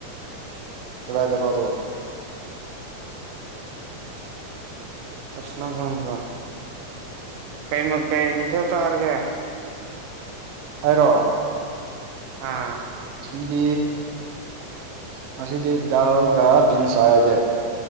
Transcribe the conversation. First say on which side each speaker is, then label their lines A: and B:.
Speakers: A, on the right (about 65°); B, on the right (about 85°).
A: ꯀꯗꯥꯏꯗꯔꯣꯗꯣ꯫
B: ꯑꯁ ꯅꯪ ꯈꯪꯗꯔ꯭꯫ ꯀꯩ ꯃ ꯀꯩ ꯃꯊꯦꯜ ꯆꯥꯔꯒꯦ?
A: ꯑꯩꯔꯣ?
B: ꯑꯥ꯫
A: ꯁꯤꯗꯤ ꯉꯁꯤꯗꯤ ꯗꯥꯜꯒ ꯕꯤꯟꯁ ꯆꯥꯏ ꯑꯩꯗꯤ꯫